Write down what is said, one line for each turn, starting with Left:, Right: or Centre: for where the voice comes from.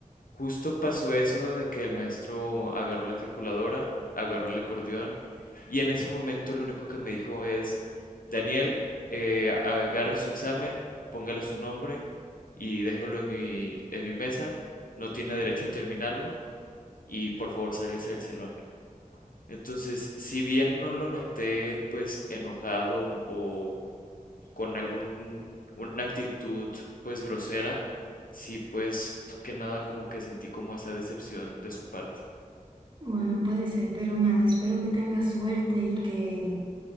Left: Justo pasó eso de que el maestro agarró la calculadora, agarró el acordeón y en ese momento lo único que me dijo es, Daniel, eh, agarre su examen, póngale su nombre y déjalo en mi, en mi mesa, no tiene derecho a terminarlo y por favor sálgase del salón. Entonces, si bien no lo noté pues enojado o con algún, una actitud pues grosera, sí pues que nada como que sentí como esa decepción de su parte.
Right: Bueno, puede ser, pero nada, espero que tengas suerte y que